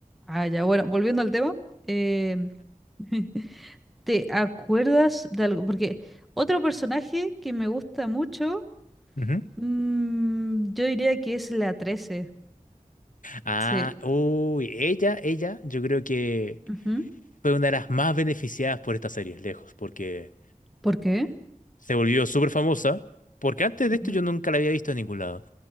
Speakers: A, in the centre; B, on the left.
A: Ah, ya, bueno, volviendo al tema, eh, <laughs> ¿Te acuerdas de algo? Porque otro personaje que me gusta mucho,
B: Ujú.
A: mm, yo diría que es la trece
B: Ah,
A: Sí.
B: uy, ella, ella, yo creo que
A: Ujú.
B: fue una de las más beneficiadas por esta serie, lejos, porque
A: ¿Por qué?
B: se volvió súper famosa, porque antes de
A: Ujú.
B: esto yo nunca la había visto en ningún lado.